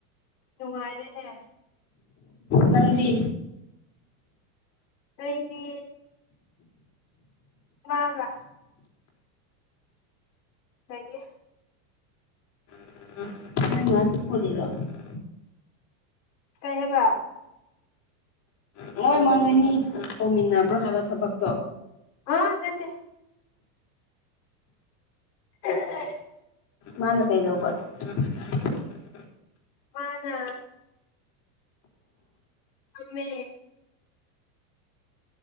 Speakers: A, on the left (about 80°); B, on the left (about 30°).
A: ꯅꯨꯡꯉꯥꯏꯔꯦꯅꯦ
B: ꯅꯪꯗꯤ
A: ꯑꯩꯗꯤ ꯃꯥꯒ ꯂꯩꯌꯦ
B: <inaudible> <unintelligible>
A: ꯀꯩ ꯍꯥꯏꯕ
B: ꯅꯣꯏꯃ ꯅꯣꯏꯅꯤ ꯇꯧꯃꯤꯟꯅꯕ꯭ꯔꯣ ꯍꯥꯏꯕ ꯊꯕꯛ ꯇꯣ
A: ꯑꯥ ꯅꯠꯇꯦ <inaudible>
B: ꯃꯥꯅ ꯀꯩꯗꯧꯕ <inaudible>
A: ꯃꯥꯅ ꯇꯨꯝꯃꯤ